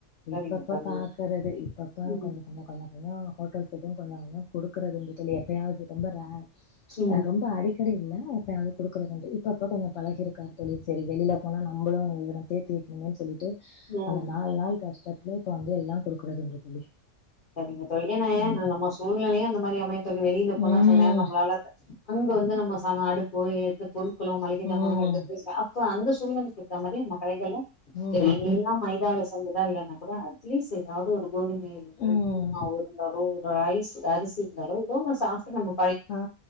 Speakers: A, on the left (about 35°); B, on the left (about 65°).
A: சரிங்க
B: இப்பப்ப
A: தோழி
B: பாக்கறது இப்பப்ப
A: ம்
B: கொஞ்சோ கொஞ்சோ கொஞ்சோ கொஞ்சோ ஹோட்டல் ஃபுட்டு கொஞ்சோ கொஞ்சோ குடுக்கிறது வந்துட்டு இல்ல இப்பயாவது ரொம்ப ரேர் ம்ச்
A: ம்
B: ரொம்ப அடிக்கடி இல்ல எப்பாவது குடுக்குறது உண்டு இப்பப்ப கொஞ்சோ பழகிருக்காரு தோழி செரி வெளியில
A: ம்
B: போனா நம்மளு இவன தேத்தி வைக்கணுன்னு சொல்லிட்டு
A: ம்
B: அந்த நாலு நாள் கஷ் கப்புல இப்ப வந்து எல்லா குடுக்குறது உண்டு தோழி
A: சரிங்க தோழி ஏன்ன
B: ம்
A: நம்ம சூழ்நிலையு அந்த மாரி அமையு தோழி வெளில போனா
B: ம்
A: சில நேரோ நம்மளால அத அங்க வந்து நம்ம சம அடுப்பு ஏத்த பொருள்களு மளிகை
B: ம்
A: ஜாமா எடுத்துட்டு <inaudible> அப்ப அந்த சூழ்நிலைக்கு அந்த மாரியான கடைகள்லா
B: ம்
A: எல்லா மைதால செஞ்சதா இல்லைன்னா கூட அட்லீஸ் ஏதாவது ஒரு கோதுமை இருந்து
B: ம்
A: இட்லி மாவு இருந்தாலு ரைஸ் அரிசி இருந்தாலு இதவு நா சாப்பிட்டு நானு
B: ஆ